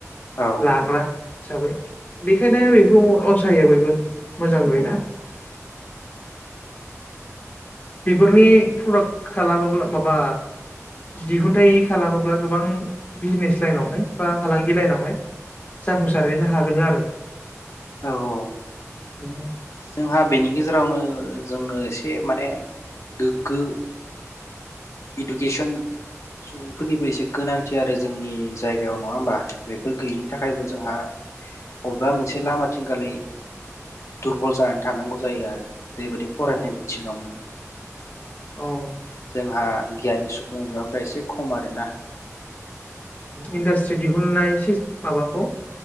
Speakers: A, on the left; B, on the left.
A: औ
B: लाग्रा हिसाबै ने बेखौ अनसायो बयबो मोजां नुयोना
A: औ
B: बेफोरनि प्रडाक्ट खालामोब्ला माबा दिहुनथाइ खालामोब्ला गोबां बिजनेस लाइनावहाय बा फालांगि लाइनावहाय जाफुंसारहैनो हागोन आरो
A: औ औ
B: <unintelligible>
A: जोंहा बेनि गेजेरावनो जोंनो एसे माने गोग्गो इडुकेसन सुबुंफोरनिबो एसे गोनांथि आरो जोंनि जायगायाव नङा होमबा बेफोर गैयिनि थाखायबो जोंहा बबेबा मोनसे लामाथिंगल' दुरबल जानानै थानांगौ जायो आरो जेरैबायदि फरायनाय
B: औ
A: बिथिङावनो
B: औ
A: जोंहा गियानि सुबुं अनजिमाफ्रा एसे खम आरोना
B: इन्डास्ट्रि दिहुननाय सि माबाखौ